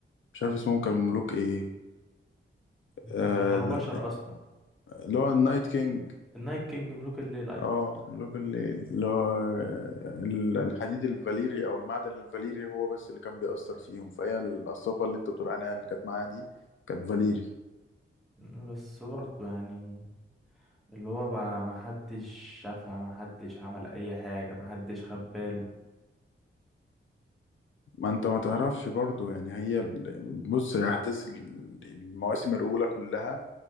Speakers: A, on the left (about 70°); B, in the centre.
A: مش عارف اسمهم كان ملوك ايه آه،
B: هم كانوا بشر اصلا
A: اللي هو النايت كينج
B: النايت كينج ملوك الليل أيوة
A: اه ملوك الليل اللي هو ال- الحديد الفاليري او المعدن الفاليري هو بس اللي كان بيأثر فيهم فهي القصافة اللي انت بتقول عليها اللي كانت معاها دي كانت فاليري
B: بس برضه يعني اللي هو بقى محدش شافها محدش عمل أي حاجة محدش خد باله
A: ما انت ما تعرفش برضو يعني هي ال- بص احداث ال- المواسم الاولى كلها